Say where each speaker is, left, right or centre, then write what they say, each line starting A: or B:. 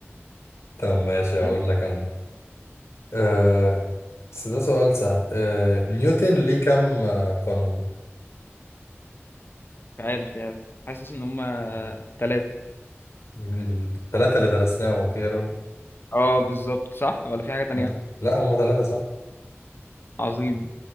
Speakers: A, on the left (about 70°); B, on the left (about 50°).
A: طب ماشي هقول
B: مش
A: لك انا آه، بس ده سؤال سهل آه، نيوتن ليه كم آه، قانون
B: عارف يعني حاسس ان هما ثلاثة
A: الثلاثة اللي درسناهم ما في غيرهم
B: اه بالظبط صح ولا في حاجة تانية
A: ها؟ لا هم ثلاثة صح
B: عظيم